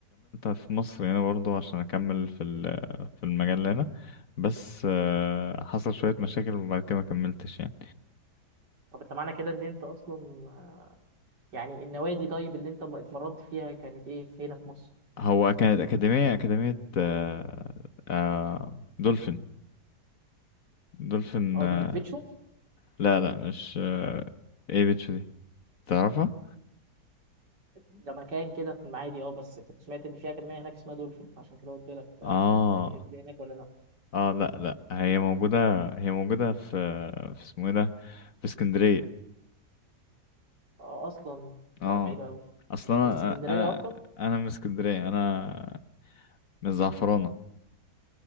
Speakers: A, on the left (about 55°); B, on the right (about 80°).
A: في مصر هنا برضه عشان اكمل في ال- في المجال هنا بس آه، حصل شويه مشاكل وبعد كده ما كملتش يعني
B: طب أنت معنى كده إن أنت أصلا يعني النوادي طيب اللي أنت اتمرنت فيها كانت إيه هنا في مصر؟
A: هو كانت أكاديمية أكاديمية آه آه دولفين دولفين
B: أه
A: آه
B: دي اللي في بيتشو
A: لا لا مش آه ايه بيتش دي تعرفها؟
B: ده مكان كده في المعادي أه بس كنت سمعت إن في أكاديمية هناك اسمها دولفين عشان كده قلت لك آه،
A: اه
B: اللي هناك ولا لأ؟
A: اه لا لا هي موجودة هي موجودة في في اسمه ايه ده في اسكندرية
B: أه أصلا
A: اه
B: لا بعيدة أوي
A: اصلا انا
B: من اسكندرية
A: انا
B: أصلا؟
A: انا من اسكندرية انا من زعفرانة